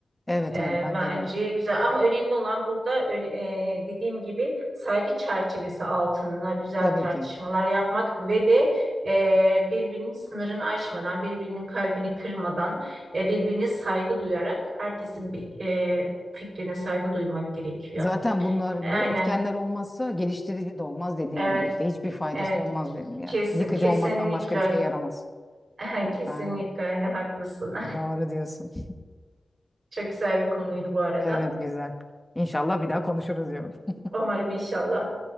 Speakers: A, in the centre; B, on the right (about 70°).
A: evet,
B: E,
A: evet bence
B: bence
A: de.
B: güzel ama önemli olan burada ön- e, dediğim gibi saygı çerçevesi altında güzel
A: Tabii
B: tartışmalar
A: ki.
B: yapmak ve de e, birbirinin sınırını aşmadan, birbirinin kalbini kırmadan, e, birbirine saygı duyarak herkesin bir, e, fikrine saygı duymak gerekiyor.
A: Zaten bunlar
B: Aynen,
A: bu etkenler olmazsa geliştirici de olmaz dediğin
B: evet,
A: gibi işte hiçbir faydası
B: evet,
A: olmaz dedim yani.
B: Kes-
A: Yıkıcı
B: kesinlikle,
A: olmaktan başka bir şey yaramaz.
B: öyle. <laughs> kesinlikle
A: Aynen.
B: öyle haklısın.
A: Doğru diyorsun.
B: <laughs> Çok güzel bir konuydu bu arada.
A: Evet güzel. İnşallah bir daha konuşuruz diyorum.
B: Umarım inşallah.